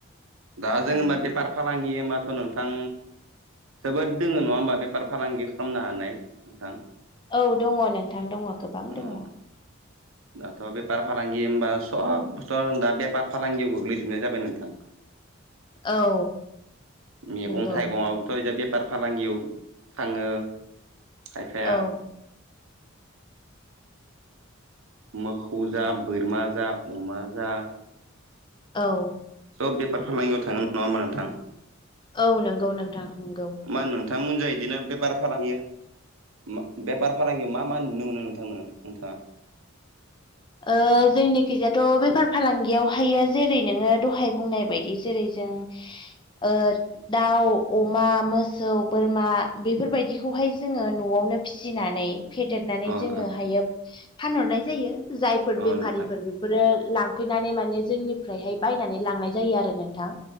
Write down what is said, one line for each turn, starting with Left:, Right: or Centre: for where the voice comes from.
Right: दा जोंबा
Left: औ
Right: बेफार फालांगि हबाथ' नोंथां जोबोद दोङो नङा होमबा बेफार फालांगि खामनो हानाय नोंथां?
Left: औ दङ' नोंथां दङ' गोबां दङ'
Right: अ दाथ' बेफार फालांगि होमबा सब बस्थ' दा बेफार फालांगियाव गोग्लैजोबनाय जाबाय नोंथां।
Left: औ
Right: मेगं
Left: नंगौ
Right: थाइगंङाबोथ' एजाय बे बार फालांगियाव थाङो खायफाया
Left: औ
Right: मोखौ जा बोरमा जा अमा जा -
Left: औ
Right: सब बेफार फालांगियाव थाङो नङा होमबा नोंथां।
Left: औ नोंगौ नोंथां नोंगौ
Right: मा होन नोंथांमोनजों बिदिनो बे बारा फालांगिया मा बेफार फालांगियाव मा मा नुनो मोनो नोंथांनो नोंथाङा।
Left: ओ जोंनिखिजाथ' बेफार फालांगियावहायो जेरै नोङो दहाय बुंनाय बायदि जेरै जों ओ दाउ अमा मोसौ बोरमा बेफोरबायदिखौहाय जोङो न'आवनो फिसिनानै फेदेरनानै
Right: अ ओं
Left: जोङो हायो फानहरनाय जायो जायफोर
Right: अ
Left: बेफारिफोर
Right: नोंथां
Left: फोरो लांफैनानै माने जोंनिफ्रायहाय बायनानै लांनाय जायो आरो नोंथां।